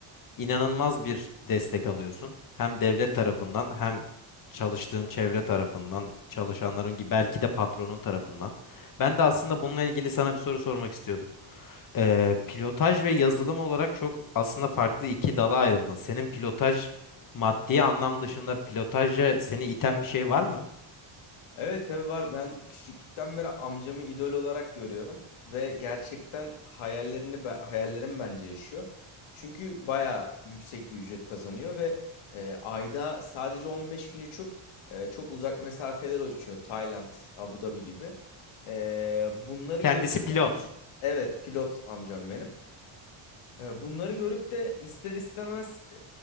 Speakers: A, on the left (about 40°); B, on the left (about 75°).
A: inanılmaz bir destek alıyorsun. Hem devlet tarafından hem çalıştığın çevre tarafından, çalışanların gibi belki de patronun tarafından. Ben de aslında bununla ilgili sana bir soru sormak istiyordum. Ee, pilotaj ve yazılım olarak çok aslında farklı iki dala ayrıldın. Senin pilotaj maddi anlam dışında pilotaja seni iten bir şey var mı?
B: Evet tabii var. Ben küçüklükten beri amcamı idol olarak görüyorum ve gerçekten hayallerini be- hayallerim bence yaşıyor. Çünkü bayağı yüksek bir ücret kazanıyor ve e, ayda sadece 15 gün uçup e, çok uzak mesafeler uçuyor. Tayland, Abu Dhabi gibi. E, bunları
A: Kendisi
B: gör
A: pilot.
B: Evet, pilot amcam benim. E, bunları görüp de ister istemez e,